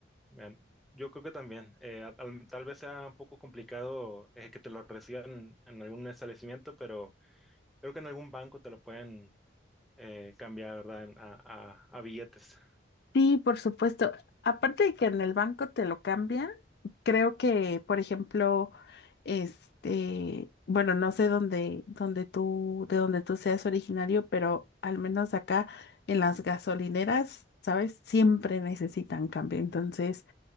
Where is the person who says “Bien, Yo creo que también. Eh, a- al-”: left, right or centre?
Centre